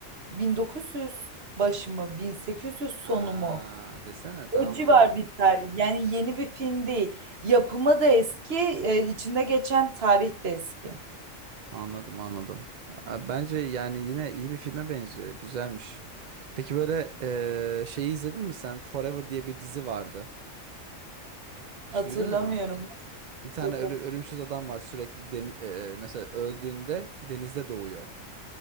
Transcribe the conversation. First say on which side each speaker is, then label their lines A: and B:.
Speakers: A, on the right; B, on the right.
A: 1900 başı mı 1800 sonu
B: Ha,
A: mu?
B: desene tamam
A: O civar
B: o zaman.
A: bir tarih. Yani yeni bir film değil. Yapımı da eski, e, içinde geçen tarih de eski.
B: Anladım anladım. A- Bence yani yine iyi bir filme benziyor. Güzelmiş. Peki böyle eee, şeyi izledin mi sen? Forever diye bir dizi vardı. Hiç
A: Hatırlamıyorum.
B: duydun mu? Bir tane
A: Yok
B: ölü,
A: hatır.
B: ölümsüz adam var sürekli deni- eee, mesela öldüğünde denizde doğuyor